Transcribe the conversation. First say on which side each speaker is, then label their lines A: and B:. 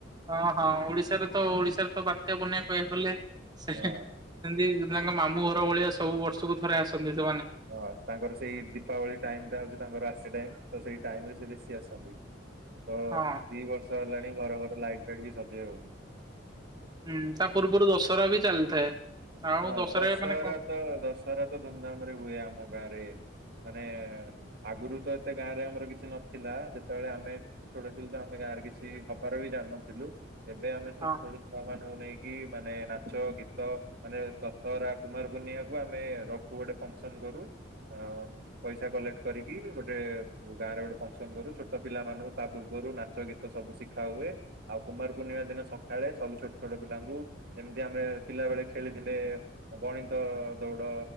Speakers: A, on the right; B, on the right.
A: ହଁ ହଁ ଓଡିଶାରେ ତ ଓଡିଶାରେ ତ ବାତ୍ୟା ବନ୍ୟା କହିବାକୁ ଗଲେ ସେ
B: ହଁ
A: ସେମିତି ତାଙ୍କ ମାମୁଁ ଘର ଭଳିଆ ସବୁ ବର୍ଷକୁ ଥରେ ଆସନ୍ତି ସେମାନେ
B: ହଁ ତାଙ୍କର ସେଇ ଦୀପାବଳି ଟାଇମ ଟା ହଉଛି ତାଙ୍କର ଆସିବା ଟାଇମ ତ ସେଇ ଟାଇମ ରେ ସେ ବେଶୀ ଆସନ୍ତି ତ
A: ହଁ।
B: ଦି ବର୍ଷ ହେଲାଣି ଘର ଘର ଲାଇଟ୍ ଫାଇଟ ବି ସଜେଇ ହଉନି <unintelligible>
A: ହୁଁ ତା ପୂର୍ବରୁ ଦଶହରା ବି ଚାଲିଥାଏ। ଆଉ
B: ହଁ ଦଶହରା
A: ମାନେ କଣ
B: ତ ଦଶହରା ତ ଧୁମଧାମ ରେ ହୁଏ ଆମ ଗାଁରେ ମାନେ ଆଗରୁ ତ ଏତେ ଗାଁ ରେ ଆମର କିଛି ନଥିଲା ଯେତେବେଳେ ଆମେ ଛୋଟ ଥିଲୁ ତ ଆମେ ଗାଁ ରେ କିଛି ହବ। <unintelligible> ବି ଜାଣିନଥିଲୁ ଏବେ ଆମେ ଛୋଟ
A: ହଁ।
B: ଛୋଟ ଛୁଆ ମାନଙ୍କୁ ନେଇକି ମାନେ ନାଚ ଗୀତ ମାନେ ଦଶହରା କୁମାର ପୁନିଆଁକୁ ଆମେ ରଖୁ ଗୋଟେ ଫଙ୍କ୍ ସନ୍ କରୁ। ଅ ପଇସା କଲେକ୍ଟ୍ କରିକି ଗୋଟେ ଗାଁ ରେ ଗୋଟେ ଫଙ୍କସନ କରୁ ଛୋଟ ପିଲା ମାନଙ୍କୁ ତା ପୂର୍ବରୁ ନାଚ ଗୀତ ସବୁ ଶିଖା ହୁଏ ଆଉ କୁମାର ପୂର୍ଣ୍ଣିମା ଦିନ ସକାଳେ ସବୁ ଛୋଟ ଛୋଟ ପିଲାଙ୍କୁ <unintelligible> ଦି ଆମେ ପିଲାବେଳେ ଖେଳିଥିଲେ ଗଣିତ ଦୌଡ